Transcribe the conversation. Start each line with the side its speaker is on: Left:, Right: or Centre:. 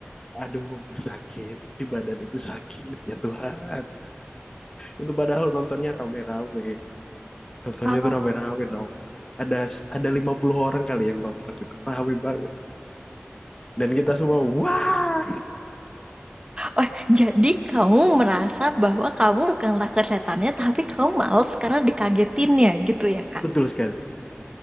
Left: aduh sakit di badan itu sakit ya Tuhan itu padahal nontonnya rame-rame nontonnya
Right: Oh.
Left: tuh rame-rame dong ada ada 50 orang kali yang nonton itu rame banget dan kita semua wah
Right: Oh, jadi kamu merasa bahwa kamu bukanlah setannya, tapi kamu males karena dikagetinnya gitu ya, Kak?
Left: betul sekali